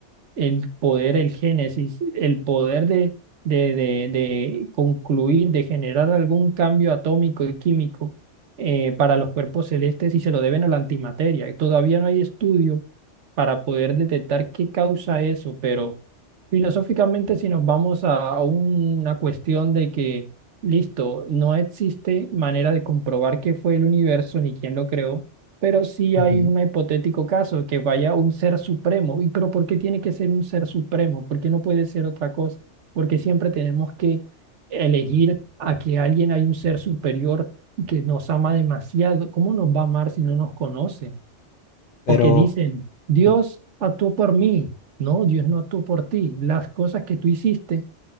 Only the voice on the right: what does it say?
el poder, el génesis, el poder de, de, de, de concluir, de generar algún cambio atómico y químico eh, para los cuerpos celestes y se lo deben a la antimateria. Y Todavía no hay estudio para poder detectar qué causa eso, pero filosóficamente si nos vamos a una cuestión de que, listo, no existe manera de comprobar qué fue el universo ni quién lo creó pero sí
hay un hipotético caso que vaya un ser supremo. ¿Y pero por qué tiene que ser un ser supremo? ¿Por qué no puede ser otra cosa? Porque siempre tenemos que elegir a que alguien hay un ser superior y que nos ama demasiado. ¿Cómo nos va a amar si no nos conoce?
O que dicen, Dios
actuó por mí. No, Dios no actuó por ti. Las cosas que tú hiciste